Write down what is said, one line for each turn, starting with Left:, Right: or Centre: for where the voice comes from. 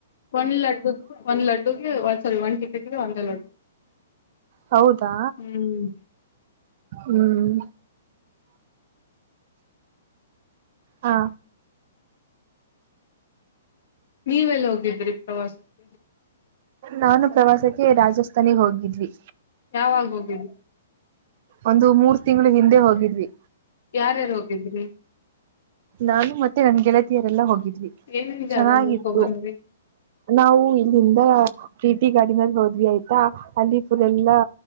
Left: ಒಂದ್ ಲಡ್ಡು ಒಂದ್ ಲಡ್ಡುಗೆ ಸಲ್ ಒನ್ ಟಿಕಟ್ ಒಂದೆ ಲಡ್ಡು
Right: ಹೌದಾ
Left: ಹ್ಮ್
Right: ಹ್ಮ್ ಹಾ
Left: ನೀವೆಲ್ಲ ಹೋಗಿದ್ರಿ ಪ್ರವಾಸಕ್ಕೆ
Right: ನಾನು ಪ್ರವಾಸಕ್ಕೆ ರಾಜಸ್ಥಾನಿಗೆ ಹೋಗಿದ್ವಿ
Left: ಯಾವಾಗ ಹೋಗೀದು
Right: ಒಂದು ಮೂರ್ ತಿಂಗಳು ಹಿಂದೆ ಹೋಗಿದ್ವಿ
Left: ಯಾರ್ಯಾರು ಹೋಗಿದ್ರಿ
Right: ನಾನು ಮತ್ತೆ ನನ್ ಗೆಳತಿಯರೆಲ್ಲ ಹೋಗಿದ್ವಿ
Left: ಏನೇನ್ ಜಾಗ
Right: ಚೆನ್ನಾಗಿತ್ತು
Left: ನೋಡ್ಕೊ ಬಂದ್ರಿ
Right: ನಾವು ಇಲ್ಲಿಂದ ಪ್ರೀಟಿ ಗಾರ್ಡನ್ ಅಲ್ಲಿ ಹೋದ್ವಿ ಆಯ್ತಾ ಅಲ್ಲಿ ಫುಲ್ ಎಲ್ಲಾ